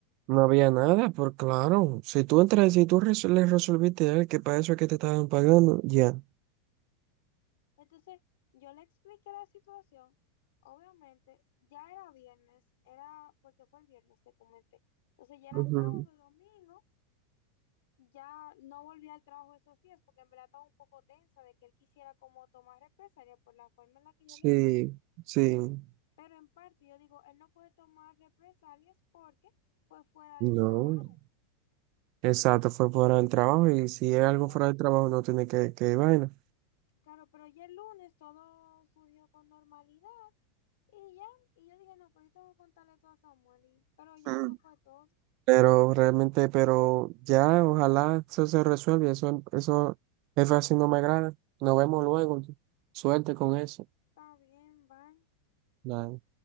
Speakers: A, on the right (about 50°); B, on the left (about 70°).
A: No había nada, por claro. Si tú entras, si tú res- le resolviste a él que para eso es que te estaban pagando, ya.
B: Entonces, yo le expliqué la situación. Obviamente, ya era viernes, era porque fue el viernes, te comenté. Entonces, ya era
A: Ujú.
B: sábado, domingo, ya no volví al trabajo esos días porque en verdad estaba un poco tensa de que él quisiera como tomar represalia por la forma en la que
A: Sí,
B: yo le hablé.
A: sí.
B: Pero en parte yo digo, él no puede tomar represalias porque fue fuera
A: No.
B: del trabajo.
A: Exacto, fue fuera del trabajo y si es algo
B: Pero
A: fuera del trabajo no tiene que, que vaina.
B: Claro, pero ya el lunes todo surgió con normalidad y ya, y yo dije, no, pero yo tengo que contarle todo a Samuel, y- pero ya
A: Mm.
B: eso fue todo,
A: Pero realmente, pero ya, ojalá eso se resuelva. Eso, eso, jefe, así no me agrada. Nos vemos luego. Suerte con eso.
B: está bien, bye.
A: Nada.